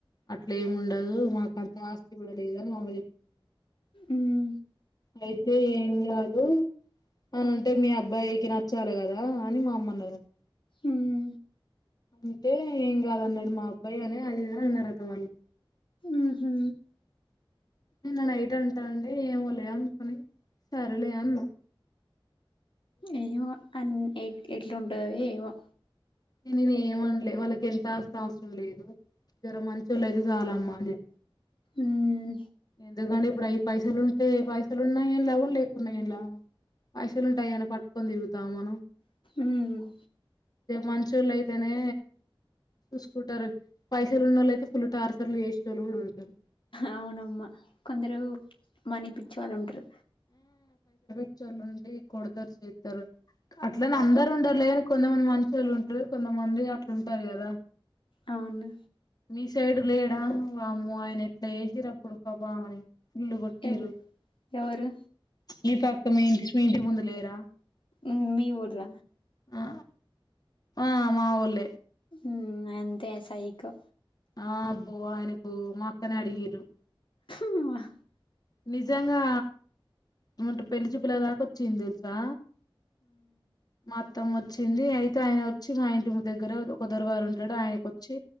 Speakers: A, on the left (about 45°); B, on the left (about 65°).
A: అట్ల ఏమి ఉండదు మాకంత ఆస్తి కూడా లేదని మాంద
B: ఉమ్
A: అయితే ఏం కాదు అని అంటే మీ అబ్బాయికి నచ్చాలి కదా అని మా అమ్మ అన్నరు
B: ఉమ్
A: అంటే ఏం కాదున్నడు మా అబ్బాయి అని అది ఇది అన్నరట వాళ్ళు
B: ఉహు
A: నిన్న నైట్ అంటాంది ఏమో లే అనుకుని సరలే అన్న
B: ఏమొ అన్ ఎ ఎట్లుంటవి ఏమో
A: ఇగ నేను ఏమం వాళ్ళకి ఎంత అస్త అవసరం లేదు జర మంచోళ్ళు అయితే చాలమ్మా అని చె
B: ఉమ్
A: ఎందుకండి ఇప్పుడయి పైసలు ఉంటే పైసలు ఉన్నా ఏం లాభం లేకున్నా ఏం లాభం పైసలుంటె ఆయేమన పట్టుకొని తిరుగుతాం మనం
B: ఉమ్
A: మంచి టోల్లు అయితేనే సుసుకుంటారు పైసలున్నళ్ళ అయితే ఫుల్ టార్ చర్లు చేసేటోళ్లు గుడా ఉంటారు
B: అవునమ్మ కొందరు మని పిచ్చోళ్ళు ఉంటరు
A: చ్చోళ్ళుండి కొడతారు చెత్తరు అట్లన అందరుండరు లేదు కొంతమంది మంచొళ్ళుం రు కొంతమంది అట్లుంటారు గదా
B: అవును
A: ఈ సైడు లేడా వామ్మో ఆయన ఎట్లా చేసిరప్పుడు పాపం ఆమని ఫుల్లు కొట్టిరు
B: ఎవ్ ఎవరు
A: మీ పక్క మీ ఇంటి మీ ఇంటి ముందు లేరా
B: ఇ మీ వోల్ల
A: ఆ ఆ మావోళ్ళే
B: ఉ అంతే సైకో
A: ఆ అబ్బో ఆయనకు మాక్కనే అడిగిరు
B: మ్,
A: నిజంగా ఏమంటరు పెళ్లి చూపుల దాకా వచ్చింది తెలుసా మా అత్తమ్మ వచ్చింది అయితే ఆయన వచ్చి మా ఇంటి దగ్గర ఒక దొరవారు ఉంటాడు ఆయనకొచ్చి